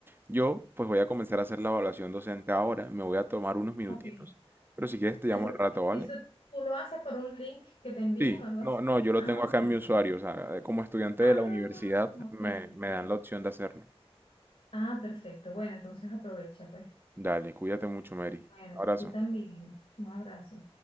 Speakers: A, on the right (about 20°); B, on the left (about 80°).
A: Yo, pues voy a comenzar a hacer la evaluación docente ahora, me voy a tomar unos minutitos,
B: Ok.
A: pero si quieres te llamo
B: Eso,
A: al rato, ¿vale?
B: eso tú lo haces por un link que te envíen
A: Sí,
B: o algo
A: no,
B: así.
A: no, yo lo
B: Ah,
A: tengo acá
B: perfecto.
A: en mi usuario, o sea, como estudiante
B: Ah,
A: de la universidad
B: ok,
A: me, me
B: ok.
A: dan la opción de hacerlo.
B: Ah, perfecto. Bueno, entonces aprovecha, pues.
A: Dale, cuídate mucho, Mary.
B: Bueno,
A: Abrazo.
B: tú también. Un abrazo.